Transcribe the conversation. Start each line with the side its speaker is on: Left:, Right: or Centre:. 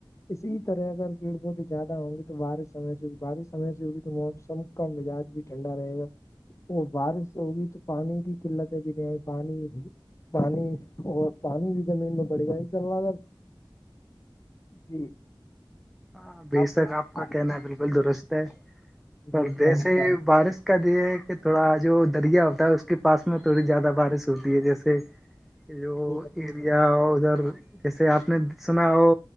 Left: اسی طرح اگر پیڑ پت زیادہ ہوں گی تو بارش س بارش سے گی تو موسم کا مزاج بھی ٹھنڈا رہے گا وہ بارش ہوگی تو پانی کی قلتیں بھی نہیں آئی پانی پانی اور پانی بھی زمین میں پڑے گا نہیں چل رہا اگر جی
Centre: ہاں بے شک
Left: کچھ
Centre: آپ کا
Left: آ-
Centre: کہنا ہے بالکل درست ہے
Left: جی
Centre: پردیسے
Left: فرما-
Centre: بارش کا یہ ہے کہ تھوڑا جو دریا ہوتا ہے اس کے پاس میں تھوڑی زیادہ بارش ہوتی ہے جیسے
Left: <inaudible>
Centre: یہ جو
Left: جی
Centre: یہ یا اور ادھر جیسے آپ نے سنا ہو